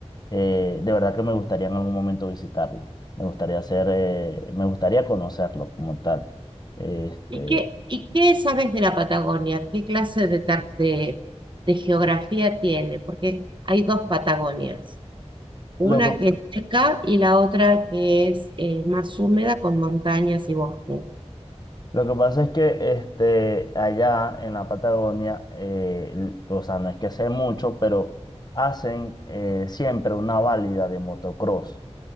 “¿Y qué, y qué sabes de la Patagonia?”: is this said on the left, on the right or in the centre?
Right